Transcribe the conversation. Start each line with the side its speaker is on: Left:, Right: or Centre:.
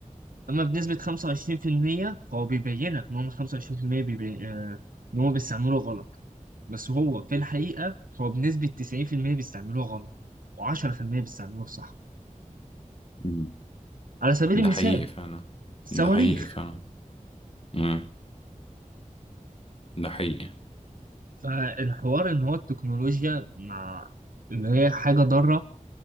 Right: أما بنسبة 25% فهو بيبينك إن هم 25% بيبي... آه، إن هو بيستعملوه غلط بس هو في الحقيقة هو بنسبة 90% بيستعملوه غلط و10% بيستعملوه صح
Left: امم
Right: على سبيل
Left: ده
Right: المثال
Left: حقيقي فعلا
Right: الصواريخ
Left: ده حقيقي فعلا امم ده حقيقي
Right: فالحوار إن هو التكنولوجيا مع اللي هي حاجة ضارة